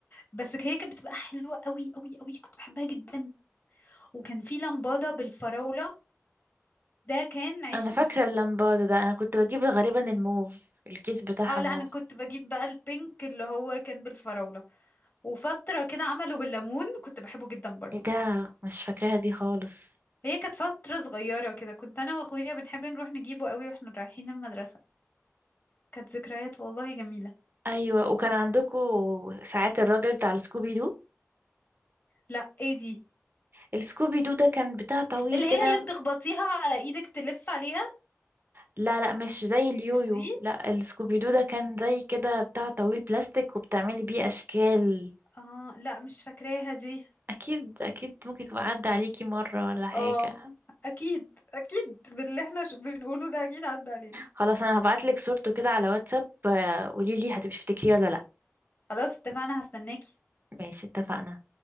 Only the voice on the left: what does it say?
بس هي كانت بتبقى حلوه قوي قوي قوي كنت بحبها جدا وكان في لمبادة بالفراولة ده كان عشقي
اه لا
انا كنت بجيب بقى البينك اللي هو كان بالفراولة وفترة كده عملوا بالليمون كنت بحبه جدا برضو
هي كانت فترة صغيرة كده كنت انا واخويا بنحب نروح نجيبه قوي واحنا رايحين المدرسة كانت ذكريات والله جميلة
لا ايه دي
اللي
هي اللي بتخبطيها على ايدك تلف عليها
مش دي
اه لا مش فاكراها دي
اه اكيد اكيد باللي احنا ش- بنقوله ده اكيد عدى علينا
خلاص اتفقنا هستناكي